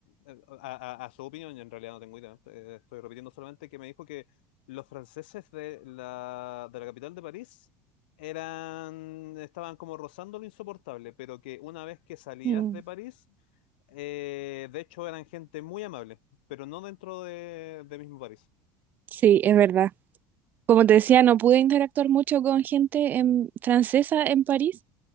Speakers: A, on the left (about 85°); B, on the right (about 40°).
A: a, a- a su opinión, yo en realidad no tengo idea, eh, estoy repitiendo solamente que me dijo que los franceses de la, de la capital de París eran, estaban como rozando lo insoportable, pero que una vez que salías
B: Mm,
A: de París, eh, de hecho eran gente muy amable, pero no dentro de, de mismo París.
B: Sí, es verdad. Como te decía, no pude interactuar mucho con gente en- francesa en París.